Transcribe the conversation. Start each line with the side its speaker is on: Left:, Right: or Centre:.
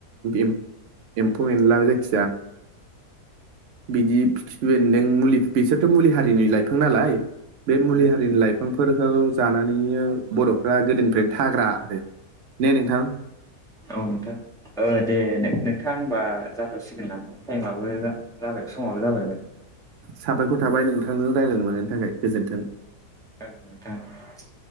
Right: एम एम्फौ एनला जायखिजाया बिदि खिफिबेन्दों मुलि बिसोरथ' मुलि हारिनि लाइफां नालाय। बे मुलि
Centre: औ
Right: हारिनि लाइफांफोरखौ जानानैनो बर'फ्रा गोदोनिफ्रायनो थाग्रा आरो। ने नोंथां
Centre: औ नोंथां ओ दे दे नों थां ओमबा जाथ'सिगोन नामा टाइमआबो जाबाय समाबो जाबायमोन।
Right: साबायखर थाबाय नोंथांजों रायलायनो मोननायनि थाखाय गोजोन्थों।
Centre: जागोन नोंथां।